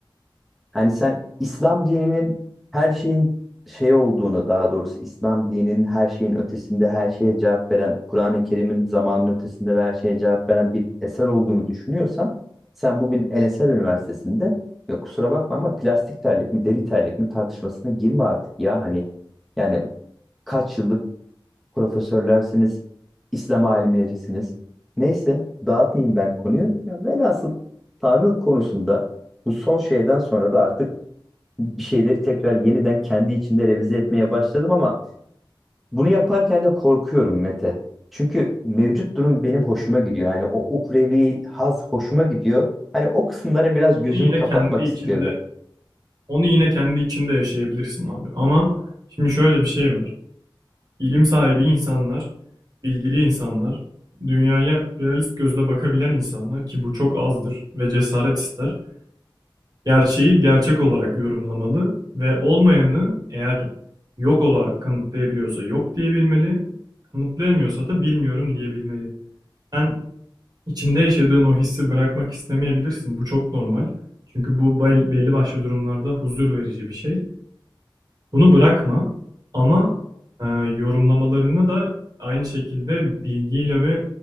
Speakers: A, in the centre; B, on the right.
A: Hani sen İslam dininin her şeyin şey olduğunu, daha doğrusu İslam dininin her şeyin ötesinde her şeye cevap veren, Kur'an-ı Kerim'in zamanın ötesinde ve her şeye cevap veren bir eser olduğunu düşünüyorsan, sen bugün El Eser Üniversitesi'nde ya kusura bakma ama plastik terlik mi, deri terlik mi tartışmasına girme artık ya hani. Yani kaç yıllık profesörlersiniz, İslam alimlerisiniz. Neyse dağıtmayayım ben konuyu. Ya velhasıl Tanrı konusunda bu son şeyden sonra da artık bir şeyleri tekrar yeniden kendi içimde revize etmeye başladım ama bunu yaparken de korkuyorum Mete. Çünkü mevcut durum benim hoşuma gidiyor. Hani o uhrevi haz hoşuma gidiyor. Hani o kısımlara biraz
B: Onu
A: gözümü
B: yine
A: kapatmak
B: kendi içinde,
A: istiyorum.
B: onu yine kendi içinde yaşayabilirsin abi. Ama şimdi şöyle bir şey var. İlim sahibi insanlar, bilgili insanlar, dünyaya realist gözle bakabilen insanlar ki bu çok azdır ve cesaret ister. Gerçeği gerçek olarak yorumlamalı ve olmayanı eğer yok olarak kanıtlayabiliyorsa yok diyebilmeli, kanıtlayamıyorsa da bilmiyorum diyebilmeli. Ben İçinde yaşadığın o hissi bırakmak istemeyebilirsin. Bu çok normal. Çünkü bu bel- belli başlı durumlarda huzur verici bir şey. Bunu bırakma ama e, yorumlamalarını da aynı şekilde bilgiyle ve